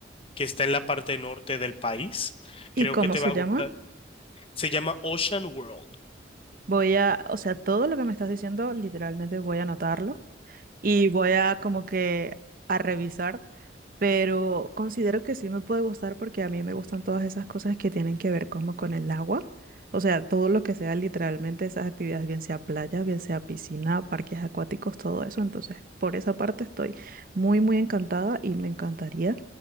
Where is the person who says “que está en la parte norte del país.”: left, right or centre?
Left